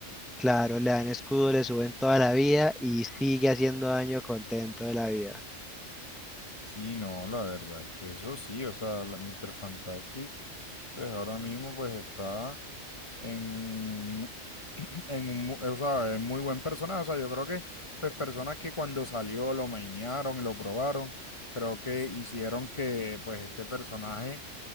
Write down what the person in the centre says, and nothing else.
claro, le dan escudo, le suben toda la vida y sigue haciendo daño contento de la vida.